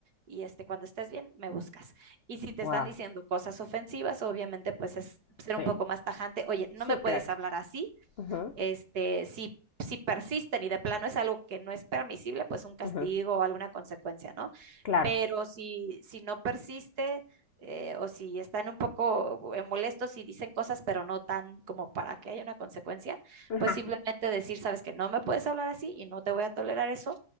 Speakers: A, on the right; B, on the left.
A: y este, cuando estés bien, me buscas. Y si te
B: Wow,
A: están diciendo cosas ofensivas, obviamente pues es ser
B: sí,
A: un poco más tajante. Oye, no
B: sí,
A: me puedes
B: claro.
A: hablar así
B: Ujú,
A: este, si, si persisten y de plano es algo que no es permisible, pues un castigo
B: ujú,
A: o alguna consecuencia, ¿no?
B: claro.
A: Pero si, si no persiste eh, o si están un poco eh, molestos y dicen cosas, pero no tan como para que haya una consecuencia,
B: Ajá,
A: pues simplemente decir, sabes que no me puedes hablar así y no te voy a tolerar eso,